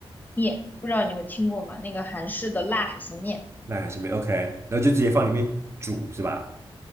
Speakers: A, on the left; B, on the right.
A: 面，不知道你有听过吗？那个韩式的辣海鲜面，
B: 那下面 OK，然后就直接放里面煮是吧？